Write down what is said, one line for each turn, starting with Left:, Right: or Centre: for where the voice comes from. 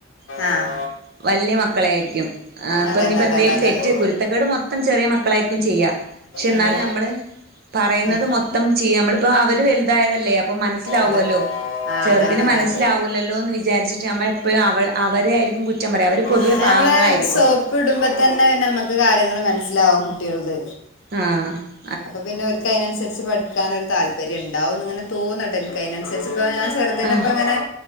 Right: <inaudible>
Left: ആഹ്
Right: വല്യ മക്കളെ ആയിരിക്കും. ആ അപ്പനിപ്പന്തേലും
Left: അതന്നെ അതന്നെ അതന്നെ
Right: തെറ്റ് കുരുത്തക്കേട് മൊത്തം ചെറിയ മക്ക ക്കളായിരിക്കും ചെയ്യാ പക്ഷെ എന്നാലും
Left: ആഹ്
Right: നമ്മള് പറയുന്നത്
Left: ഉം
Right: മൊത്തം ചെയ്യ, നമ്മളിപ്പൊ അവര് വലുതായതല്ലേ അപ്പം മനസ്സിലാവല്ലോ,
Left: അതെ ആഹ്
Right: ചെറുതിന്
Left: അതാണ് അതാണ്
Right: മനസ്സിലാകൂല്ലല്ലോ എന്ന് വിചാരിച്ചിട്ട് നമ്മളെപ്പഴും അവളെ അവരെ ആയിരിക്കും കുറ്റം പറയാ അവര് പൊതുവെ
Left: അത്
Right: പാവങ്ങളായിരിക്കും
Left: നമ്മളെ സോപ്പ് ഇടുമ്പോ തന്നെ പിന്നെ നമ്മക്ക് കാര്യങ്ങൾ മനസ്സിലാകും ല്ലോ കുട്ടിയോൾത്.
Right: ആാാ
Left: അപ്പൊ പിന്നെ ഓർക്ക് അതിനനുസരിച്ച് പഠിക്കാനൊരു താല് <unintelligible> ഉണ്ടാവുന്ന് തോന്നട്ടോ എനിക്ക് അതിനനുസരിച്ച് ഇപ്പ ഞാൻ ചെറുതിനെപ്പങ്ങനെ
Right: ആഹ്